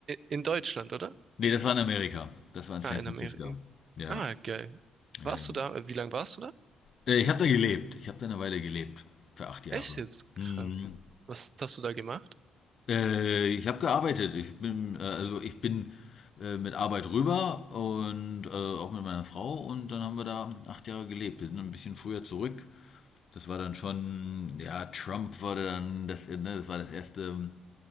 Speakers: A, on the right (about 50°); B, on the left (about 50°).
A: in Deutschland, oder?
B: nee, das war in Amerika. Das war in San
A: Ah, in
B: Francisco.
A: Amerika.
B: Ja.
A: ah, geil.
B: Ähm,
A: Warst du da? Wie lange warst du da?
B: äh, ich habe da gelebt. Ich habe da eine Weile gelebt. Für acht Jahre.
A: Echt jetzt?
B: Mhm.
A: Krass. Was hast du da gemacht?
B: Äh, ich habe gearbeitet. Ich bin, äh, also ich bin äh, mit Arbeit rüber und äh, auch mit meiner Frau und dann haben wir da acht Jahre gelebt. Wir sind ein bisschen früher zurück. Das war dann schon, ja, Trump war dann, das, äh, ne, das war das erste